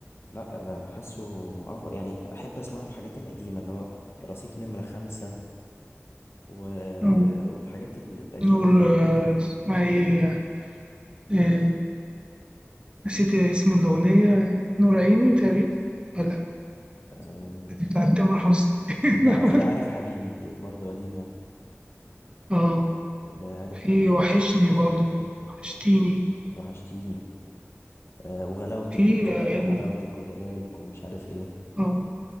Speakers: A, on the left (about 60°); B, on the right (about 20°).
A: لا آه، حاسه مأفور يعني احب اسمع له الحاجات القديمه اللي هو رصيف نمره خمسة و...
B: إنه
A: والحاجات ال- القديمة
B: نور
A: دي
B: آه، اسمها إيه آه، نسيت اسم الأغنية نور عيني تقريبا ولا
A: آم،
B: بتاعت تامر حسني <laughs>
A: في في عارف حبيبي برضو قديمة
B: اه
A: اللي هي عارف
B: في
A: حبيبي
B: وحشني
A: مش عارف ايه
B: برضو
A: في الوداع
B: وحشتيني
A: وحشتيني آه، وغلاوتك
B: في
A: آه،
B: أغاني
A: وحلاوتك ودلالك ومش عارف ايه
B: اه